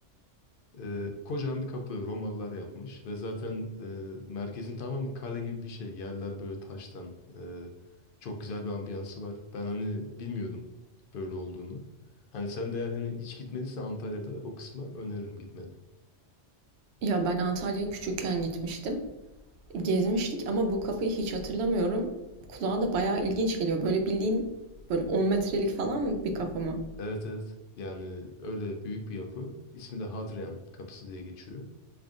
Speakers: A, on the left (about 60°); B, on the right (about 65°).
A: E, kocaman bir kapı Romalılar yapmış ve zaten e, merkezin tamamı kale gibi bir şey. Yerler böyle taştan. E, çok güzel bir ambiyansı var. Ben hani bilmiyordum böyle olduğunu. Hani sen de eğer hani hiç gitmediysen Antalya'da o kısma öneririm gitmeni.
B: Ya ben Antalya'ya küçükken gitmiştim. Gezmiştik ama bu kapıyı hiç hatırlamıyorum. Kulağa da bayağı ilginç geliyor. Böyle bildiğin böyle 10 metrelik falan mı bir kapı mı?
A: Evet evet. Yani öyle büyük bir yapı. İsmi de Hadrian Kapısı diye geçiyor.